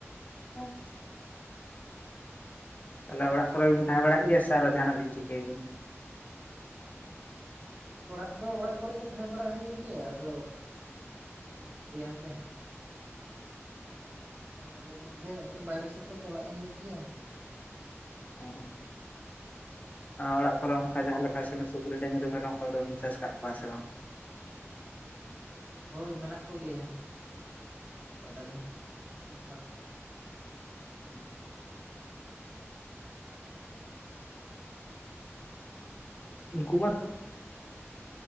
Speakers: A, on the left (about 30°); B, on the right (about 35°).
A: <unintelligible> ᱛᱟᱦᱚᱞᱮ ᱚᱲᱟᱜ ᱠᱚᱨᱮ
B: ᱵᱟᱠᱷᱟᱱ
A: ᱜᱮᱵᱤᱱ ᱛᱟᱦᱮᱸ
B: ᱱᱚᱣᱟ
A: ᱵᱟᱲᱟ ᱜᱮᱭᱟ ᱥᱮ ᱟᱨᱚ ᱡᱟᱦᱟᱱᱟᱜ ᱵᱤᱱ ᱪᱤᱠᱟᱹᱭ ᱜᱮᱭᱟ?
B: ᱦᱳᱭ, ᱚᱲᱟᱜ ᱫᱚ ᱚᱲᱟᱜ ᱠᱚᱨᱮ ᱜᱮ ᱛᱟᱦᱮᱸ ᱵᱟᱲᱟ ᱦᱳᱭᱳᱜ ᱜᱮᱭᱟ ᱟᱫᱚ ᱪᱮᱜ ᱵᱤᱱ ᱪᱤᱠᱟᱹᱭᱟ ᱮᱱᱛᱮ᱾ ᱟᱨ ᱢᱟᱡᱷᱮᱨ ᱢᱚᱫᱽᱫᱷᱮ ᱮᱠᱴᱟ ᱵᱟᱭᱨᱮ ᱥᱮᱜ ᱠᱚ ᱪᱟᱞᱟᱜ ᱦᱩᱭᱩᱜ ᱜᱮᱭᱟ᱾
A: ᱚᱸᱻ᱾ ᱚᱲᱟᱜ ᱠᱚᱨᱮ, ᱚᱱᱠᱟ ᱡᱟᱦᱟᱸ ᱞᱮᱠᱟ ᱥᱤᱢ ᱥᱩᱠᱨᱤ ᱰᱟᱺᱝᱨᱤ ᱢᱮᱨᱚᱢ ᱠᱚ ᱫᱚᱵᱤᱱ ᱪᱟᱥ ᱠᱟᱜ ᱠᱚᱣᱟ ᱥᱮ ᱵᱟᱝ?
B: ᱦᱳᱭ, ᱢᱮᱱᱟᱜ ᱠᱚᱜᱮᱭᱟ ᱰᱟᱝᱨᱤ ᱢᱮᱨᱚᱢ ᱢᱮᱱᱟᱜ ᱠᱚ ᱛᱟᱞᱤᱧᱟ ᱥᱤᱢ ᱵᱟᱫ ᱛᱮ ᱟᱨᱠᱤ᱾
A: <inaudible> ᱩᱱᱠᱩ
B: ᱦᱮᱸ ᱟᱨ ᱟᱹᱵᱤᱱ
A: ᱢᱟ
B: ᱫᱚ?